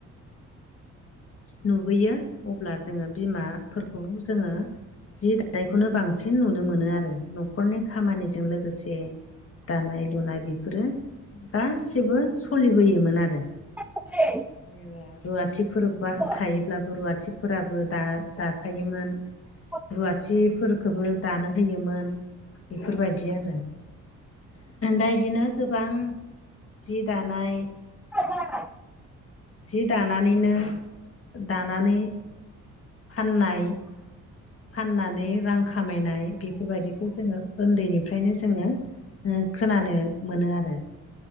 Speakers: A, on the left; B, in the centre.
A: नुबोयो अब्ला जोङो बिमाफोरखौ जोङो जि दानायखौनो बांसिन नुनो मोनो आरो न'खरनि खामानिजों लोगोसे दानाय लुनाय बेफोरो गासिबो सलिबोयोमोन आरो
B: <unintelligible>
A: जेनेबा रुवाथिफोर
B: औ
A: थायोब्लाबो रुवाथिफोराबो दा दाफायोमोन
B: औ
A: रुवाथिफोरखौबो दानो होयोमोन बेफोरबायदि आरो दा इदिनो गोबां जि दानाय
B: <unintelligible>
A: जि दानानैनो दानानै फाननाय फाननानै रां खामायनाय बेफोरबायदिखौ जोङो उन्दैनिफ्रायनो जोङो ओ खोनानो मोनो आरो